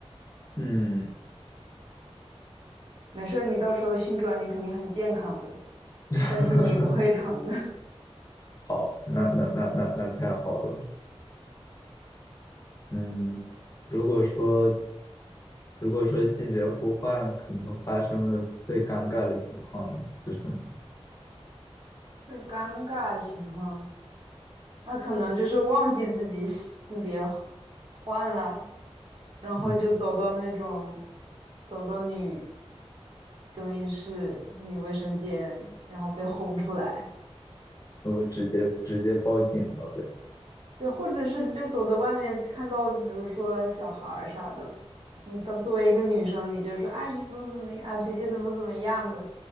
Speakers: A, on the left; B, on the right.
A: 嗯，
B: 没事儿你到时候性转你肯定很健康的，
A: <laughs>
B: 你相信你不会疼的。
A: 好，那那那那那太好了，嗯。如果说如果说性别互换，可能发生的最尴尬的情况是什么？
B: <laughs> 就尴尬情况，那可能就是忘记自己性别换了，然后就走到那种，
A: 嗯，
B: 走到女更衣室、女卫生间，然后被轰出来。
A: 我直接直接报警了呗。
B: 对，或者是就走在外面看到，比如说小孩儿啥的，你当作为一个女生，你就说阿姨怎么怎么样，姐姐怎么怎么样的。